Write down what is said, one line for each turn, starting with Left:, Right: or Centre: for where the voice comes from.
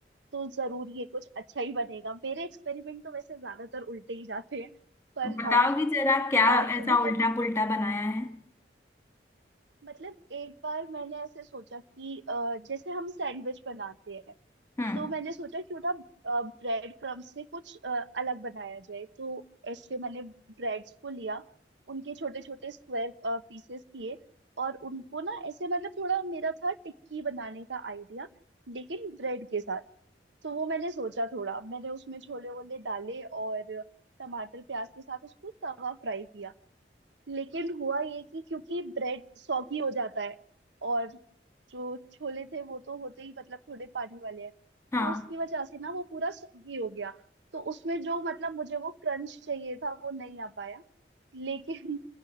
Right: तो जरूर ये कुछ अच्छा ही बनेगा मेरे एक्सपेरिमेंट तो वैसे ज्यादातर उल्टे ही जाते हैं पर
Left: बताओगी
Right: हाँ
Left: जरा क्या
Right: कभी
Left: ऐसा उल्टा
Right: कभी
Left: पुल्टा बनाया है
Right: मतलब एक बार मैंने ऐसे सोचा कि अ, जैसे हम सैंडविच बनाते हैं
Left: हम्म
Right: तो मैंने सोचा क्यों ना ब्रेड क्रम्ब से कुछ अ, अलग बनाया जाए तो ऐसे मैंने ब्रेड्स को लिया उनके छोटे छोटे स्क्वायर पीसेस किए और उनको ना ऐसे मतलब थोड़ा मेरा था टिक्की बनाने का आइडिया लेकिन ब्रेड के साथ तो वो मैंने सोचा थोड़ा मैंने उसमें छोले वोले डाले और टमाटर प्याज के साथ उसको तवा फ्राई किया लेकिन हुआ ये कि क्योंकि ब्रेड सॉगी हो जाता है और जो छोले थे वो तो होते ही मतलब थोड़े पानी वाले हैं
Left: हाँ
Right: तो उसकी वजह से ना वो पूरा सॉगी हो गया तो उसमें जो मतलब मुझे वो क्रंच चाहिए था वो नहीं आ पाया लेकिन